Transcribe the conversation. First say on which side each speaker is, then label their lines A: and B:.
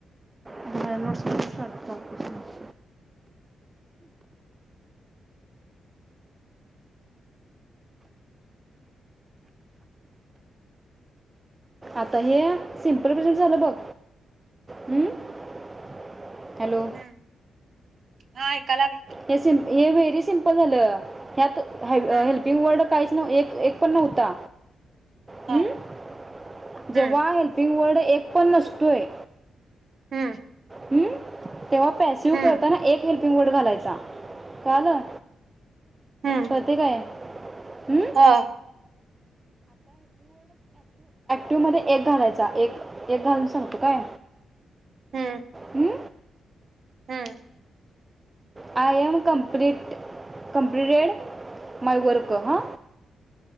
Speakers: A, on the right; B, on the right.
A: <unintelligible> आता हे सिम्पल प्रेझेंट झाल बघ हम् <inaudible> हॅलो
B: हम्म हा ऐकायला आलं
A: हे सिम हे व्हेरी सिम्पल झालं ह्यात हायत
B: हम्म
A: हेल्पिंग वर्ड काहीच नव एक एक पण नव्हता
B: हा
A: हम् जेव्हा
B: हम्म
A: हेल्पिंग वर्ड एक पण नसतोय
B: हम्म
A: हम्म तेव्हा पॅसिव्ह
B: हम्म
A: करताना एक हेल्प पिंगौट घालायचा कळालं
B: हम्म
A: कळतंय काय हम्म
B: हा
A: टू मध्ये एक घालायचा एक एक घालून सांगतो काय
B: हम्म
A: हम्म
B: हम्म
A: I am complete completed my work हा